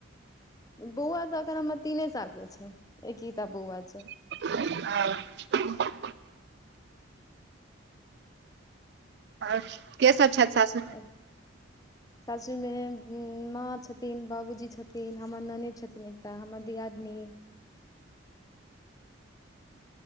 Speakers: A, on the left; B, on the right.
A: बौआ तऽ एखन हमर तीने साल के छै एकही टा बौआ छै
B: ओ आओर के सभ छथि सासुरमे
A: छै सासुरमे माँ छथिन बाबूजी छथिन हमर ननैद छथिन एकटा हमर दियादनी